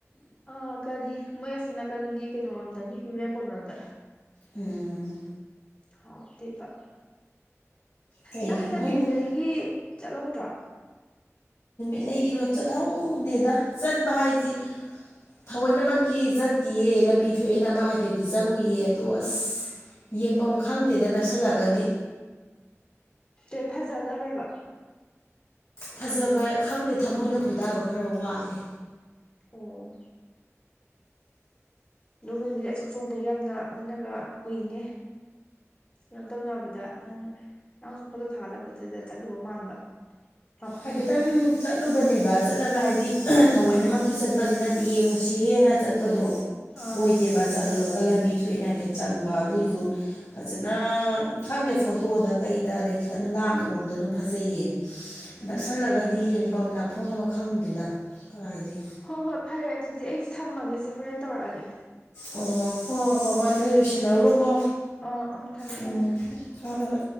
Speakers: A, on the left (about 35°); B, on the left (about 75°).
A: ꯑ ꯀꯔꯤ ꯃꯣꯏ ꯑꯁꯣꯝ ꯅꯥꯀꯟꯒꯤ ꯀꯩꯅꯣꯔꯣꯝꯗꯅꯤ ꯌꯨꯔꯦꯝꯕꯝ ꯔꯣꯝꯗ
B: ꯎꯝ
A: ꯍꯥꯎꯇꯦꯕ
B: ꯀꯩꯒꯤꯅꯣ
A: ꯅꯪ ꯍꯟꯗꯛ
B: ꯃꯣꯏ
A: ꯅꯨꯃꯤꯠꯂꯩꯒꯤ
B: ꯑꯃꯨꯛ
A: ꯆꯠꯍꯧꯗ꯭ꯔꯣ
B: ꯂꯩꯒꯤꯔꯣꯗ ꯆꯠꯍꯧꯗꯦꯗ ꯆꯠꯄ ꯍꯥꯏꯖꯤ ꯊꯑꯣꯏꯅꯃꯛꯀꯤ ꯆꯠꯇꯤꯌꯦ ꯂꯝꯕꯤ ꯊꯣꯛꯑꯦꯅ ꯑꯃ ꯍꯥꯏꯐꯦꯠꯇꯤ ꯆꯪꯉꯨꯏꯌꯦ ꯑꯗꯣ ꯑꯁ ꯌꯦꯡꯐꯝ ꯈꯪꯗꯦꯗ ꯅꯛꯁꯜꯂꯒꯗꯤ
A: ꯑꯦ ꯐꯖꯗꯕ꯭ꯔꯕ
B: ꯐꯖꯕ ꯈꯪꯗꯦ ꯊꯃꯣꯏꯅ ꯈꯣꯏꯗꯥꯕ ꯈꯔ ꯋꯥꯠꯂꯦ
A: ꯑꯣ ꯑꯗꯨꯝ ꯅꯨꯃꯤꯠꯂꯩ ꯑꯆꯧ ꯑꯆꯧꯕꯒ ꯌꯥꯝꯅ ꯃꯤꯅꯒ ꯎꯏꯅꯦ ꯀꯩꯅꯣ ꯇꯧꯅꯕꯗ ꯅꯪ ꯅꯪꯁꯨ ꯐꯣꯇꯣ ꯊꯥꯒꯠꯂꯛꯄꯗꯨꯗ ꯆꯠꯂꯨꯕ ꯃꯥꯟꯕ ꯃꯐꯝꯗꯣ
B: ꯍꯥꯏꯐꯦꯠꯇꯪ ꯆꯠꯂꯨꯕꯅꯦꯕ ꯆꯠꯂꯒ ꯍꯥꯏꯗꯤ ꯊꯑꯣꯏꯅꯃꯛꯀꯤ ꯆꯠꯄꯗꯤ ꯅꯠꯇꯦ ꯌꯦꯡꯉꯨ ꯁꯤ ꯍꯦꯟꯅ ꯆꯠꯄꯗꯣ
A: ꯑꯥ
B: ꯑꯣꯏꯗꯦꯕ ꯆꯠꯂꯨꯔꯕ ꯂꯝꯕꯤ ꯊꯣꯛꯑꯦꯅ ꯍꯥꯏꯐꯦꯠ ꯆꯪꯕ ꯑꯗꯨꯏꯁꯨ ꯐꯖꯅ ꯈꯪꯗꯦ ꯐꯣꯇꯣꯗ ꯀꯩꯗ ꯑꯗꯩ ꯈꯤꯇꯪ ꯂꯥꯞꯅ ꯎꯕꯗ ꯑꯗꯨꯝ ꯐꯖꯩꯌꯦ
A: ꯎꯝ
B: ꯅꯛꯁꯜꯂꯒꯗꯤ ꯌꯦꯡꯐꯝ ꯂꯥꯛꯐꯝ ꯑꯃ ꯈꯪꯗꯦꯗ ꯀꯥꯏꯗꯦ
A: ꯍꯣꯏ ꯍꯣꯏ ꯐꯔꯦ ꯑꯗꯨꯗꯤ ꯑꯩꯁꯨ ꯊꯝꯃꯒꯦꯁꯦ ꯍꯣꯔꯦꯟ ꯇꯧꯔꯛꯑꯒꯦ
B: ꯑꯣ ꯍꯣꯏ ꯍꯣꯏ ꯍꯣꯏ ꯍꯣꯏ ꯅꯣꯏ
A: ꯎꯝ
B: ꯂꯣꯏꯁꯟꯅꯧꯨꯔꯣꯀꯣ
A: ꯑ ꯎꯝ ꯊꯝꯃꯦ
B: ꯎꯝ
A: ꯊꯝꯃꯦ
B: ꯍꯣꯏ ꯍꯣꯏ